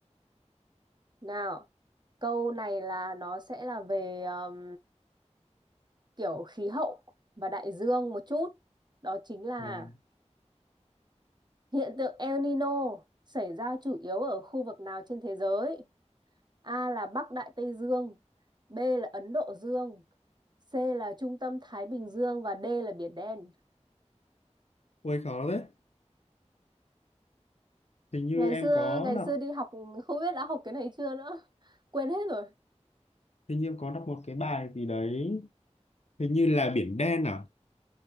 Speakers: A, on the right (about 40°); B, on the left (about 65°).
A: nào câu này là nó sẽ là về um, kiểu khí hậu và đại dương một chút. Đó chính là
B: vâng.
A: hiện tượng El Nino xảy ra chủ yếu ở khu vực nào trên thế giới? A là Bắc Đại Tây Dương, B là Ấn Độ Dương, C là trung tâm Thái Bình Dương và D là Biển Đen.
B: ôi khó đấy hình như
A: Ngày
B: em
A: xưa
B: có
A: ngày
B: đọc
A: xưa đi học không biết đã học cái này chưa nữa. Quên hết rồi,
B: hình như em có đọc một cái bài gì đấy hình như là Biển Đen à